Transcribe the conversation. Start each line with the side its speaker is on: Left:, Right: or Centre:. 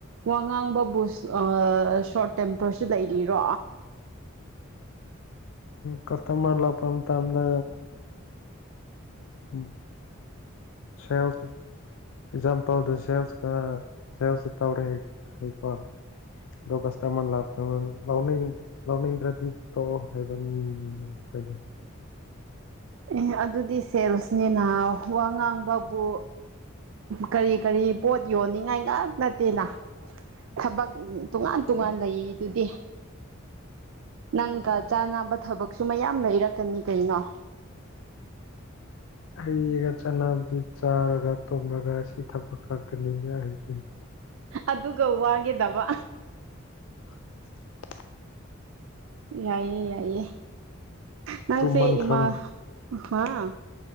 Right: ꯋꯥ ꯉꯥꯡꯕꯕꯨꯁ ꯁꯣꯔꯠ ꯇꯦꯝꯄꯔꯁꯨ ꯂꯩꯔꯤꯔꯣ
Left: ꯀꯁꯇꯃꯔ ꯂꯥꯛꯄ ꯃꯇꯝꯗ ꯎꯝ ꯁꯦꯜ꯭ꯁ ꯑꯦꯛꯖꯥꯝꯄꯜꯗ ꯁꯦꯜꯁꯀ ꯁꯦꯜꯁ ꯇꯧꯔꯦꯀꯣ ꯗꯀꯥꯁꯇꯥ ꯃꯥꯟ ꯂ ꯂꯥꯎꯅ ꯂꯧꯅꯤꯡꯗ꯭ꯔꯗꯤ ꯇꯧ ꯍꯥꯏꯕ ꯃꯤꯅꯦ ꯑꯩꯈꯣꯏꯗ
Right: ꯑꯦ ꯑꯗꯨꯗꯤ ꯁꯦꯜꯁꯅꯤꯅꯍ ꯋꯥ ꯉꯥꯡꯕꯕꯨ ꯑ ꯀꯔꯤ ꯀꯔꯤ ꯄꯣꯠ ꯌꯣꯟꯅꯤꯡꯉꯥꯏ ꯉꯥꯛ ꯅꯠꯇꯦꯅ ꯊꯕꯛ ꯇꯣꯉꯥꯟ ꯇꯣꯉꯥꯟ ꯂꯩ ꯑꯗꯨꯗꯤ ꯅꯪꯒ ꯆꯥꯅꯕ ꯊꯕꯛꯁꯨ ꯃꯌꯥꯝ ꯂꯩꯔꯛꯀꯅꯤ ꯀꯩꯅꯣ
Left: ꯍꯩꯒ ꯆꯥꯅꯕꯗꯨ ꯆꯥꯔꯒ ꯇꯨꯝꯂꯒ ꯁꯤ ꯊꯕꯛ ꯈꯛꯇꯅꯤꯅꯦ ꯑꯩꯗꯤꯅꯤ
Right: ꯑꯗꯨꯒ ꯋꯥꯒꯗꯕ
Left: <unintelligible>
Right: ꯌꯥꯏꯌꯦ ꯌꯥꯏꯌꯦ ꯅꯪꯁꯦ
Left: ꯇꯨꯝꯃꯟꯈ꯭ꯔ
Right: ꯏꯃꯥ ꯍꯥꯥ